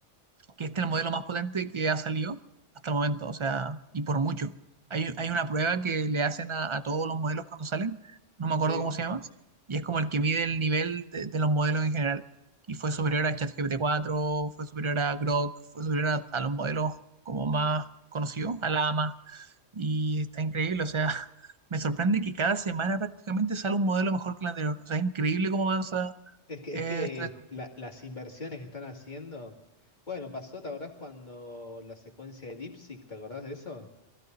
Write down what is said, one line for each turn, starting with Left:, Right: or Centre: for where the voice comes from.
Right: que este es el modelo más potente que ha salido hasta el momento, o sea, y por mucho. Hay, hay una prueba que le hacen a, a todos los modelos cuando salen, no me acuerdo
Left: Sí,
Right: cómo se llama, y es como el que mide el nivel de, de los modelos en general. Y fue superior a ChatGPT-4, fue superior a Grok, fue superior a, a los modelos como más conocidos, a Llama, y está increíble, o sea, <laughs> me sorprende que cada semana prácticamente sale un modelo mejor que el anterior, o sea, es increíble cómo avanza
Left: Es que,
Right: eh,
Left: es que
Right: esta tecnología.
Left: la- las inversiones que están haciendo. Bueno, pasó, ¿te acordás cuando la secuencia de DeepSeek, ¿te acordás de eso?